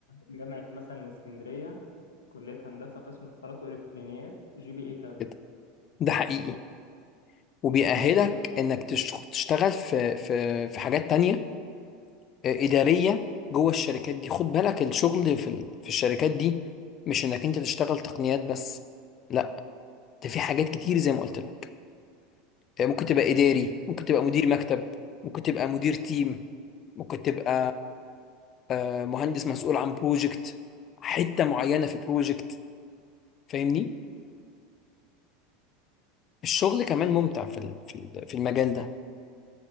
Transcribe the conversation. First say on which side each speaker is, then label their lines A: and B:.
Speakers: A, on the left; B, on the left.
A: جامعه مثلا اسكندريه كليه هندسه قسم اتصالات والكترونيات جي بي اي كذا
B: كده. ده حقيقي وبيأهلك
A: طب والله
B: انك
A: كويس.
B: تشت- تشتغل في في في حاجات تانية آه، إدارية جوه الشركات دي خد بالك الشغل في ال- في الشركات دي مش انك انت تشتغل تقنيات بس لا ده في حاجات كتير زي ما قلت لك آه، ممكن
A: اه
B: تبقى إداري ممكن تبقى مدير مكتب ممكن تبقى مدير تيم ممكن تبقى آه، مهندس مسؤول عن بروجكت حتة معينة في بروجكت فاهمني الشغل كمان ممتع في ال- في ال- في المجال ده